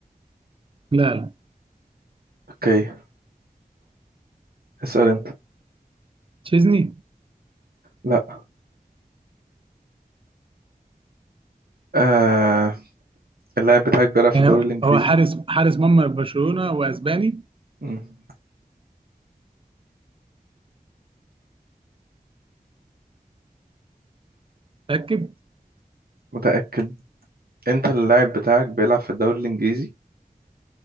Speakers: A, on the right; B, on the right.
A: لا لا
B: أوكي اسأل أنت
A: تشيزني
B: لا آه اللاعب بتاعك بيلعب
A: يعني
B: في الدوري الإنجليزي
A: هو حارس حارس مرمى برشلونة واسباني
B: مم.
A: متأكد
B: متأكد أنت اللاعب بتاعك بيلعب في الدوري الإنجليزي